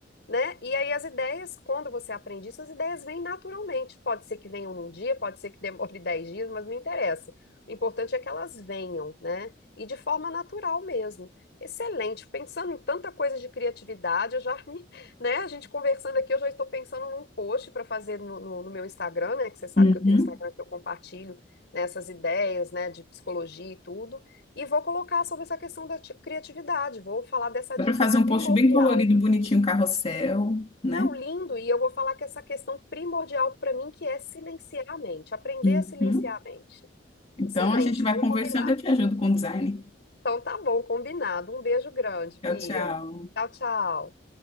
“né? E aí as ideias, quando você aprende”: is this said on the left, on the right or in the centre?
Left